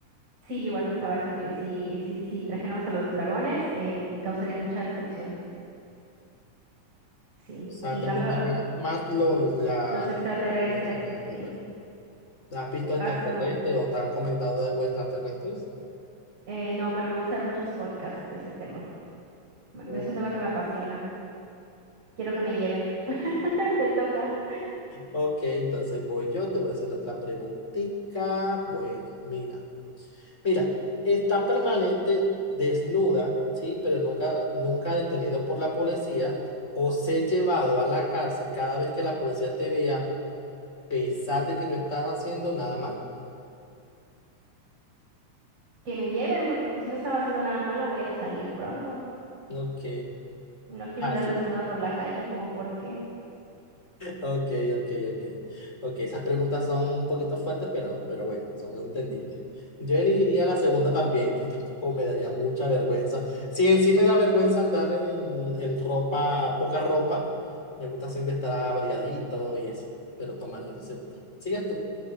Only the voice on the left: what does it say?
O sea,
¿te
gustaría más lo, la,
los extraterrestres?
¿Has visto
extraterrestres
o te han comentado de algo extraterrestres?
¿O...
Ok, entonces voy yo, te voy a hacer otra preguntita. Bueno, mira, mira, está permanente desnuda, ¿sí? Pero nunca, nunca detenido por la policía o ser llevado a la cárcel cada vez que la policía te vea, a pesar de que no estás haciendo nada malo.
Ok,
así
Ok, ok, ok. Ok, esas preguntas son un poquito fuertes, pero, pero bueno, son entendibles. Yo elegiría la segunda también. Yo <laughs> tampoco me daría mucha vergüenza. Si en sí me da vergüenza andar en, en ropa, poca ropa, me gusta siempre estar abrigadito y eso. Pero tomaría la segunda. ¿Sigues tú?